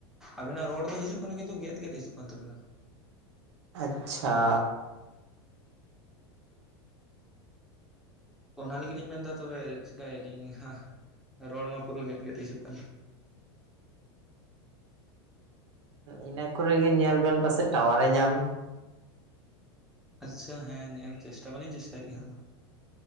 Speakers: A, in the centre; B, on the right (about 85°).
A: ᱟᱵᱤᱱᱟᱜ ᱨᱚᱲ ᱫᱚ ᱦᱤᱡᱩᱜ ᱠᱟᱱᱟ ᱠᱤᱱᱛᱩ ᱜᱮᱫ ᱜᱮᱫ ᱦᱤᱡᱩᱜ ᱠᱟᱱ ᱛᱟᱵᱤᱱᱟ ᱾
B: ᱟᱪᱪᱷᱟ,
A: ᱚᱱᱟ ᱞᱟᱹᱜᱤᱫ ᱞᱤᱧ ᱢᱮᱱᱫᱟ ᱛᱚᱵᱮ ᱪᱮᱠᱟᱭᱟ ᱞᱤᱧ ᱦᱟᱸ, ᱨᱚᱲ ᱢᱟ ᱯᱩᱨᱟᱹ ᱜᱮᱫ ᱜᱮᱫ ᱦᱤᱡᱩᱜ ᱠᱟᱱ,
B: ᱤᱱᱟᱹ ᱠᱚᱨᱮᱜᱮ ᱧᱮᱞ ᱵᱮᱱ ᱯᱟᱥᱮ ᱴᱟᱣᱟᱨᱮ ᱧᱟᱢ,
A: ᱟᱪᱪᱷᱟ ᱦᱮᱸ ᱧᱮᱞ ᱪᱮᱥᱴᱟ ᱢᱟᱞᱤᱧ ᱪᱮᱥᱴᱟᱭᱮᱜ ᱜᱮ ᱦᱟᱸᱜ ᱢᱟ,